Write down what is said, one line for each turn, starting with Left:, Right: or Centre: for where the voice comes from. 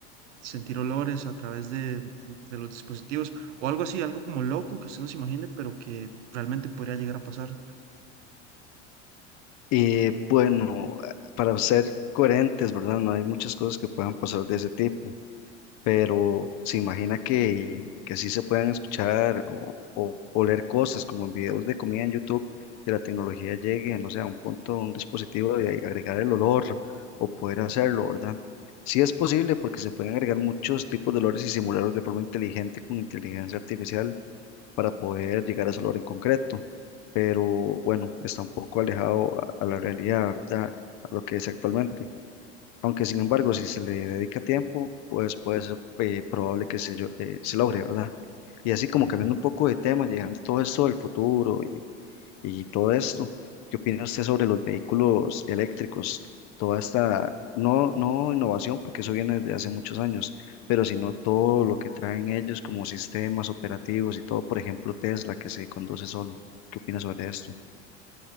Right: sentir olores a través de, de los dispositivos o algo así, algo como loco que usted no se imagine, pero que realmente podría llegar a pasar.
Left: Y bueno, para ser coherentes, ¿verdad? No hay muchas cosas que puedan pasar de ese tipo, pero se imagina que, que sí se puedan escuchar o, o, o leer cosas como en videos de comida en YouTube, que la tecnología llegue, no sé, a un punto, un dispositivo de agregar el olor o poder hacerlo, ¿verdad? Sí es posible porque se pueden agregar muchos tipos de olores y simularlos de forma inteligente con inteligencia artificial para poder llegar a ese logro en concreto. Pero bueno, está un poco alejado a, a la realidad, ¿verdad? A lo que es actualmente. Aunque sin embargo, si se le dedica tiempo, pues puede ser eh, probable que se, yo- eh, se logre, ¿verdad? Y así como cambiando un poco de tema, llegando todo esto del futuro y todo esto. ¿Qué opina usted sobre los vehículos eléctricos? Toda esta, no, no innovación, porque eso viene desde hace muchos años, pero sino todo lo que traen ellos como sistemas operativos y todo, por ejemplo, Tesla que se conduce solo. ¿Qué opina sobre esto?